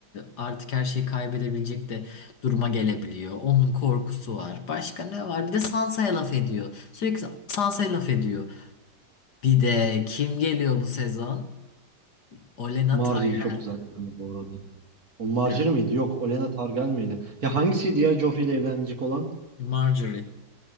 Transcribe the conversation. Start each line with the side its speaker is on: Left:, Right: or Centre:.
Left: artık her şeyi kaybedebilecek de duruma gelebiliyor. Onun korkusu var. Başka ne var? Bir de Sansa'ya laf ediyor. Sürekli Sansa'ya laf ediyor. Bir de kim geliyor bu sezon? Olenna
Right: Margaery
Left: Tyrell.
Right: çok güzel kadındı bu arada. O Margaery
Left: Evet.
Right: miydi? Yok, Olenna Targaryen miydi? Ya hangisiydi ya Joffrey ile evlenecek olan?
Left: Margaery.